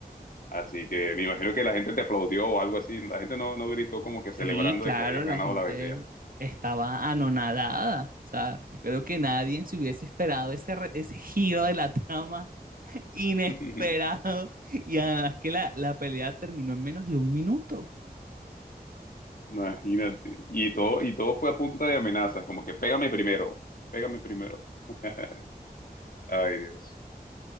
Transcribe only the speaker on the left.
Así que me imagino que la gente te aplaudió o algo así, la gente no, no gritó como que celebrando
de que habías
ganado
la BTA.
<laughs>
Imagínate. Y todo, y todo fue a punta de amenazas, como que pégame primero, pégame primero. <laughs> Ay, Dios.